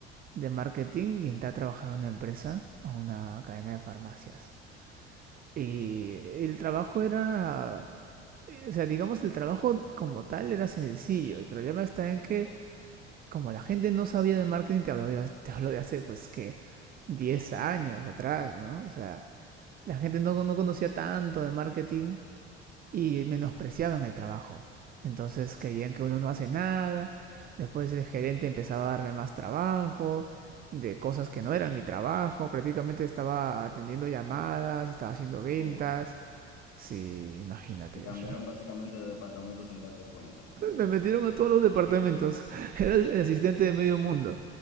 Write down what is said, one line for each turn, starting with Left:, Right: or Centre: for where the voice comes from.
Right: de marketing y entré a trabajar a una empresa, a una cadena de farmacias. Y el trabajo era, eh, o sea, digamos, el trabajo como tal era sencillo. El problema está en que como la gente no sabía de marketing, te hablo de, te hablo de hace pues que 10 años atrás, ¿no? O sea, la gente no, no conocía tanto de marketing y menospreciaban el trabajo. Entonces creían que uno no hace nada, después el gerente empezaba a darme más trabajo, de cosas que no eran mi trabajo, prácticamente estaba atendiendo llamadas, estaba haciendo ventas.
Left: Oh,
Right: Sí, imagínate,
Left: te cambiaron
Right: Joshua.
Left: básicamente de departamento sin darte cuenta.
Right: Me metieron a todos los departamentos. <laughs> Era el asistente de medio mundo.